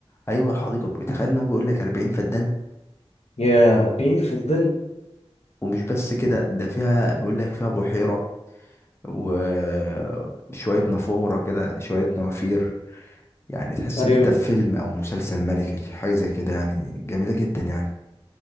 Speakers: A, on the left; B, on the left.
A: ايوه الحديقه تخيل ان هو بيقول لك 40 فدان
B: يا 40 فدان
A: ومش بس كده ده فيها بيقول لك فيها بحيره وشويه نافوره كده شويه نوافير يعني تحس
B: ايوه
A: ان انت في فيلم او مسلسل ملكي حاجه زي كده يعني جميله جدا يعني